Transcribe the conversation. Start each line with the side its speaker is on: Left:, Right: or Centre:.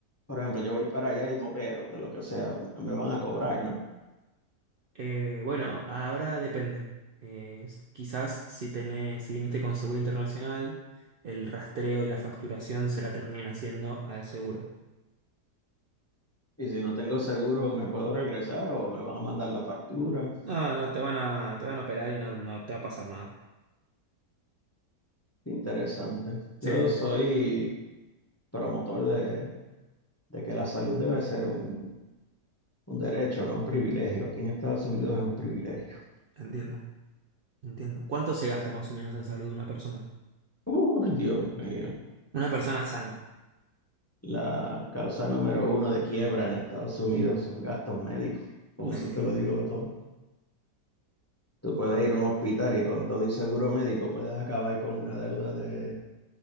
Left: Por ejemplo, yo voy para allá y me opero, de lo que sea, me van a cobrar, ¿no?
Right: Eh, bueno, ahora depende. Eh, s- quizás si tenés, si viniste con seguro internacional, el rastreo y la facturación se la terminen haciendo al seguro.
Left: Y si no tengo seguro, ¿me puedo regresar o me van a mandar la factura?
Right: No, no, te van a, te van a operar y no, no te va a pasar nada.
Left: Interesante.
Right: Sí,
Left: Yo
Right: entiendo,
Left: soy promotor de, de que la salud debe ser un, un derecho, no un privilegio. Aquí en Estados Unidos es un privilegio.
Right: entiendo. entiendo. ¿Cuánto se gasta más o menos en salud de una persona?
Left: <laughs> Uy, Dios mío.
Right: Una persona sana.
Left: La causa número uno de quiebra en Estados Unidos son gastos médicos. Con
Right: Uf,
Left: eso te lo digo todo. Tú puedes ir a un hospital y con todo y seguro médico puedes acabar con una deuda de